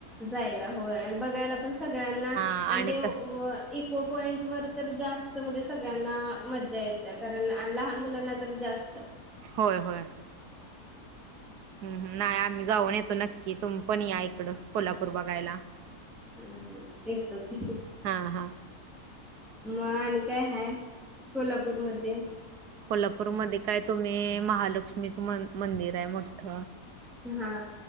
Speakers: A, in the centre; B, on the right.
A: जायला होय अन बघायला पण सगळ्यांना
B: हा
A: आणि ते
B: क
A: इको पॉईंट वर तर जास्त म्हणजे सगळ्यांना मजा येते कारण आणि लहान मुलांना तर जास्त
B: होय होय. हम्म हम्म नाही आम्ही जाऊन येतो नक्की. तुमी पण या इकडं कोल्हापूर बघायला
A: हम्म येतो की
B: हा हा
A: मग आणि काय हाय कोल्हापूरमध्ये?
B: कोल्हापूरमध्ये काय तुम्ही महालक्ष्मीचं मंदिर आहे मोठ
A: हा.